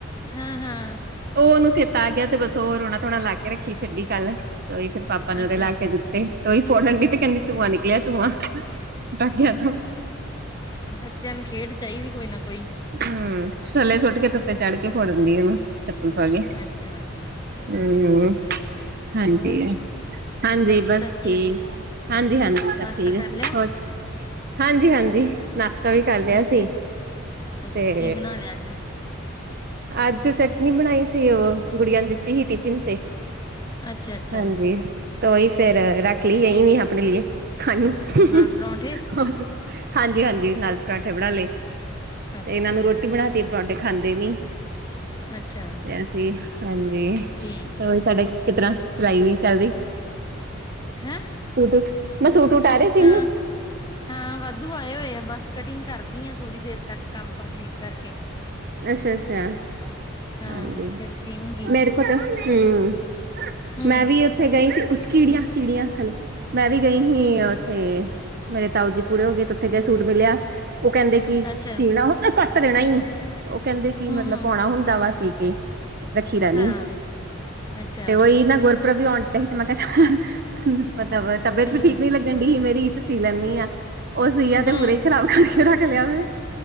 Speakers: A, on the left; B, on the right.
A: ਹਾਂ ਹਾਂ।
B: ਉਹ ਉਹਨੂੰ ਚੇਤਾ ਆ ਗਿਆ ਤੇ ਬਸ ਉਹ ਰੁਣਾ ਧੋਣਾ ਲਾ ਕੇ ਰੱਖੀ ਛੱਡੀ ਕੱਲ ਉਹੀ ਫਿਰ ਪਾਪਾ ਨੇ ਉਹਦੇ
A: ਅੱਛਾ
B: ਲਾ ਕੇ ਦਿੱਤੀ। ਤੇ ਤੇ ਉਹੀ ਫੋੜਣ ਦਈ ਤੇ ਕਹਿੰਦੀ ਧੂੰਆਂ ਨਿਕਲਿਆ ਧੂੰਆਂ। ਪਟਾਕਿਆਂ ਤੋਂ
A: ਬੱਚਿਆਂ ਨੂੰ ਖੇਡ ਚਾਹੀਦੀ ਕੋਈ ਨਾ ਕੋਈ।
B: ਹੂੰ ਥੱਲੇ ਸੁੱਟ ਕੇ ਧੁੱਪੇ
A: ਹੂੰ
B: ਚੜ ਕੇ ਫ਼ੋੜਨ ਦਈ ਹਨਾ। ਚੱਪਲ ਪਾ ਕੇ
A: ਅੱਛਾ ਚਲੋ
B: ਹੂੰ
A: ਵਧੀਆ
B: ਹਾਂਜੀ।
A: ਹੋਰ
B: ਹਾਂਜੀ
A: ਬਾਕੀ
B: ਬਸ
A: ਸਭ
B: ਠੀਕ। ਹਾਂਜੀ ਹਾਂਜੀ
A: ਨਾਸ਼ਤਾ
B: ਸਭ ਠੀਕ ਹੈ
A: ਕਰ ਲਿਆ
B: ਹੋਰ? ਹਾਂਜੀ ਹਾਂਜੀ ਨਾਸ਼ਤਾ ਵੀ ਕਰ
A: ਕੀ
B: ਲਿਆ ਸੀ।
A: ਚਲੋ
B: ਤੇ
A: ਕੀ ਬਣਾ ਲਿਆ ਅੱਜ?
B: ਅੱਜ ਚਟਨੀ ਬਣਾਈ ਸੀ ਉਹ ਗੁੜੀਆਂ ਨੂੰ ਦਿੱਤੀ ਸੀ ਟਿਫਿਨ ਚ।
A: ਅੱਛਾ, ਅੱਛਾ
B: ਹਾਂਜੀ ਤੇ ਉਹੀ ਫੇਰ
A: ਹੂੰ
B: ਰੱਖ ਲਈ। <unintelligible> ਆਪਣੇ ਲਈ ਖਾਣ ਨੂੰ ਹੋਰ।
A: ਨਾਲ ਪਰੌਂਠੇ?
B: ਹਾਂਜੀ ਹਾਂਜੀ ਨਾਲ ਪਰਾਂਠੇ ਬਣਾ ਲਏ ਤੇ
A: ਅੱਛਾ,
B: ਇਹਨਾਂ ਨੂੰ ਰੋਟੀ
A: ਚਲੋ
B: ਬਣਾਤੀ ਪਰੌਠੇ ਖਾਂਦੇ ਨਹੀਂ।
A: ਅੱਛਾ
B: ਤੇ ਅਸੀਂ ਹਾਂਜੀ ਤੇ
A: ਠੀਕ
B: ਉਹੀ
A: ਹੈ
B: ਸਾਡੇ ਕਿ ਤਰ੍ਹਾਂ ਪੜਾਈ ਵੀ ਚੱਲਦੀ।
A: ਹੈਂ
B: ਸੂਟ ਮੈਂ ਸੂਟ ਊਟ ਆ ਰਹੇ ਸੀਨ
A: ਹਾਂ
B: ਨੂੰ?
A: ਹਾਂ ਵਾਧੂ ਆਏ ਹੋਏ ਆ। ਬਸ ਕਟਿੰਗ ਕਰਦੀ ਆ ਥੋੜ੍ਹੀ ਦੇਰ ਤੱਕ ਕੰਮ ਕੰਪਲੀਟ ਕਰਕੇ।
B: ਅੱਛਾ ਅੱਛਾ।
A: ਹਾਂ
B: ਹਾਂਜੀ
A: ਫੇਰ ਸੀਊਂਗੀ
B: ਮੇਰੇ ਕੋਲ ਤੇ ਹੂੰ
A: ਹਮ
B: ਮੈਂ ਵੀ ਉੱਥੇ ਗਈ ਸੀ ਉਚ ਕੀੜੀਆਂ ਕੀੜੀਆਂ ਹਾਲੇ ਮੈਂ ਵੀ ਗਈ ਸੀ ਉੱਥੇ ਮੇਰੇ ਤਾਓ ਜੀ ਪੂਰੇ ਹੋ ਗਏ ਤੇ ਉੱਥੇ ਗਏ ਸੂਟ ਮਿਲਿਆ। ਉਹ ਕਹਿੰਦੇ ਕਿ
A: ਅੱਛਾ
B: ਸੀਣਾ ਹੁਣ ਨਾ ਕੱਟ ਦੇਣਾ ਹੀ। ਉਹ ਕਹਿੰਦੇ ਕਿ
A: ਹਮ
B: ਮਤਲਬ
A: ਹਮ
B: ਪਾਉਣਾ ਹੁੰਦਾ ਵਾ ਸੀ ਕੇ ਰੱਖੀ ਦਾ ਨਹੀਂ।
A: ਹਾਂ ਅੱਛਾ
B: ਤੇ ਉਹੀ ਨਾ ਗੁਰਪੁਰਬ ਵੀ ਆਉਣ ਮੈਂ ਕਿਹਾ ਮਤਲਬ ਤਬੀਅਤ
A: ਸੀ
B: ਵੀ ਠੀਕ
A: ਲੋ
B: ਨਹੀਂ ਲੱਗਣ ਦਈ ਮੇਰੀ ਤੇ ਸੀ ਲੈਂਦੀ ਆ। ਉਹ ਸੀਆ
A: ਹਮ
B: ਤੇ ਪੂਰੇ ਖ਼ਰਾਬ ਕਰਕੇ ਰੱਖ ਲਿਆ ਮੈਂ